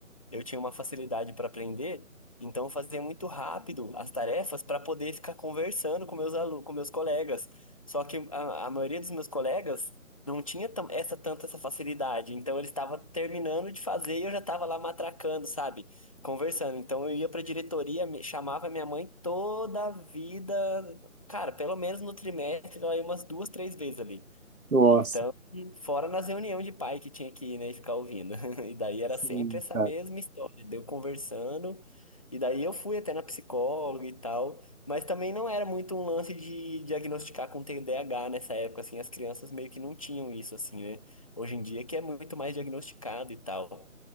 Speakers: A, on the left; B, on the right.
A: eu tinha uma facilidade para aprender, então eu fazia muito rápido as tarefas para poder ficar conversando com meus alunos, com meus colegas. Só que a, a maioria dos meus colegas não tinha tam- essa tanta essa facilidade, então eles estavam terminando de fazer e eu já estava lá matracando, sabe? Conversando. Então eu ia para a diretoria, me- chamava minha mãe toda a vida. Cara, pelo menos no trimestre, ela ia umas duas, três vezes ali.
B: Nossa,
A: Então, fora nas reuniões de pai que tinha que ir, né, e ficar ouvindo. <laughs> E daí era
B: sim,
A: sempre essa
B: cara.
A: mesma história, deu conversando, e daí eu fui até na psicóloga e tal, mas também não era muito um lance de diagnosticar com TDAH nessa época, assim, as crianças meio que não tinham isso, assim, né? Hoje em dia que é muito mais diagnosticado e tal.